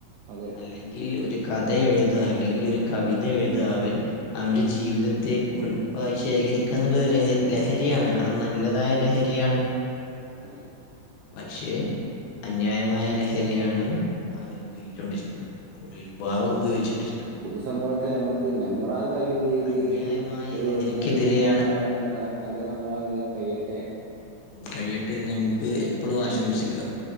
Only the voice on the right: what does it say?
അതെ
അതെ
പൊതുസമൂഹത്തിന് നമ്മക്ക് നമ്മളാൽ കഴിയുന്ന രീതില്
നല്ലൊരു സംഭാവന <unintelligible> നല്ല സംഭാവന തരാൻ കയ്യട്ടെ?